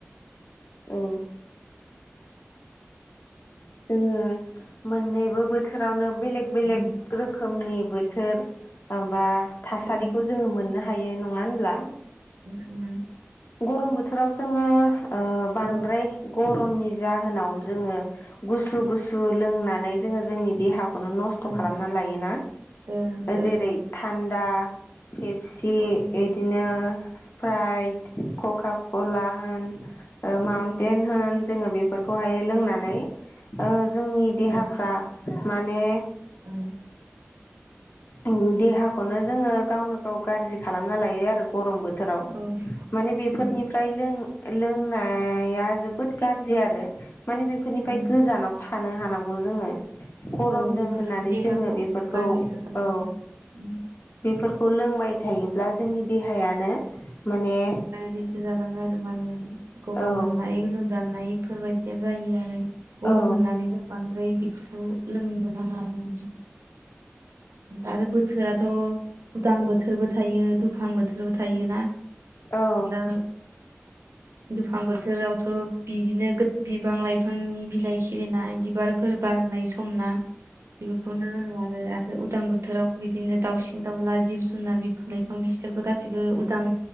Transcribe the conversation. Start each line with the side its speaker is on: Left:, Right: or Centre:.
Left: औ जोङो मोननैबो बोथोरावनो बेलेक बेलेक
Right: उम
Left: रोखोमनि बोथोर बा थासारिखौ
Right: औ
Left: जों मोननो हायो हायो नङा होनब्ला
Right: उ
Left: गरम बोथोराव जोङो बांद्राय
Right: औ
Left: गरमनि जाहोनाव जोङो गुसु गुसु लोंनानै जोङो जोंनि देहाखौ नो नस्थ'
Right: उम
Left: खालामनानै लायोना
Right: ओं ओं
Left: जेरै थान्दा पेपसि
Right: गरमनि
Left: बिदिनो स्पाइट कका कला होन माउन्टेन
Right: उम
Left: होन जोङो बेफोरखौहाय लोंनानै जोंनि देहाफ्रा
Right: ओं
Left: माने
Right: ओं
Left: उ देहाखौनो जोङो गावनो गाव गाज्रि खालामना लायो आरो गरमबो बोथोराव
Right: औ
Left: माने बेफोरनिफ्राय
Right: उम
Left: लों लोंनाया जोबोद गाज्रि आरो माने बेफोरनिफ्राय
Right: उम,
Left: गोजानाव थानो हानांगौ खौ जोङो गरमदों
Right: औ बेफोरो
Left: होननानै
Right: देहाखौ
Left: जोङो बेफोरखौ
Right: गाज्रिसो खालामो
Left: औ
Right: उम,
Left: बेफोरखौ खौ लोंबाय थायोब्ला जोंनि देहायानो माने
Right: बिसो जालाङो आरो मा होनो गगा
Left: औ
Right: मोननाय लोमजानाय बेफोरबायदिया जायो आरो गरम
Left: औ
Right: होननानै जों बांद्राय बेफोरखौ लोंनो नाङा जों आरो बोथोराथ' उदां बोथोरबो थायो दुफां बोथोरबो थायोना
Left: औ
Right: दा दुफां बोथोरावथ' बिदिनो बिफां लाइफांनि बिलाइ खिलिनाय बिबारफोर सोर बारनाय समना बेफोरखौनो होनो आरो उदां बोथोराव बिदिनो दाउसिन दाउला जिब जुनार जुनार बिफां लाइफां बिसोरबो गासिबो उदां